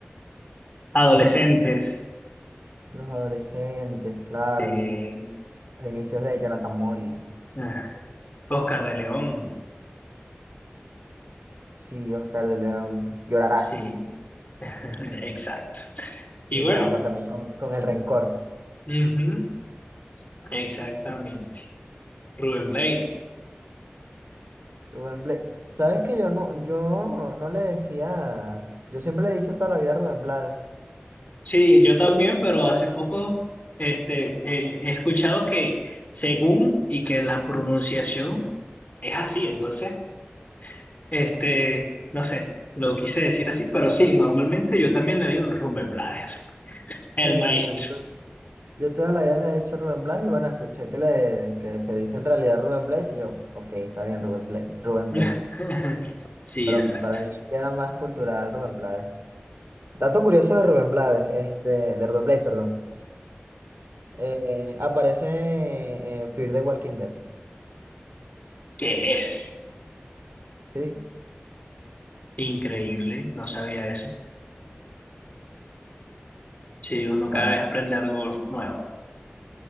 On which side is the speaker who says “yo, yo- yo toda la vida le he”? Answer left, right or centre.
Right